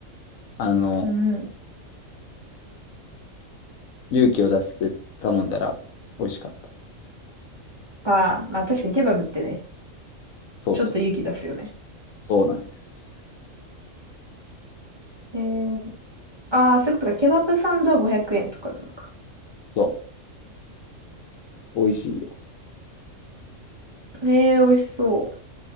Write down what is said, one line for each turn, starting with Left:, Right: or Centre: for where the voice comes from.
Left: あの、
Right: うん。
Left: 勇気を出して頼んだら美味しかった。
Right: あまあ確かにケバブってね、
Left: そうそう。
Right: ちょっと勇気出すよね。
Left: そうなんです。
Right: えー、ああ、そういうことか。ケバブサンドは500円とかなのか。
Left: そう。美味しいよ。
Right: ええ、美味しそう。